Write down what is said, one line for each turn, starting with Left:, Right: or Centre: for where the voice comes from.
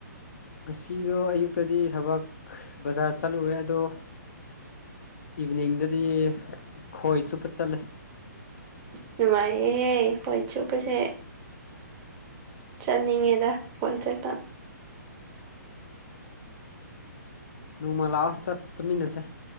Left: ꯉꯁꯤꯗꯣ ꯑꯌꯨꯛꯇꯗꯤ ꯊꯕꯛ ꯕꯖꯥꯔ ꯆꯠꯂꯨꯨꯔꯦ ꯑꯗꯣ ꯏꯚꯅꯤꯡꯗꯗꯤ ꯈꯣꯏ ꯆꯣꯞꯄ ꯆꯠꯂꯦ
Right: ꯅꯨꯡꯉꯥꯏꯦꯍꯦ ꯈꯣꯏ ꯆꯣꯞꯄꯁꯦ ꯆꯠꯅꯤꯡꯉꯦꯗ ꯈꯣꯏ ꯆꯠꯇ
Left: ꯅꯣꯡꯃ ꯂꯥꯛꯑꯣ ꯆꯠ ꯆꯠꯃꯤꯟꯅꯁꯦ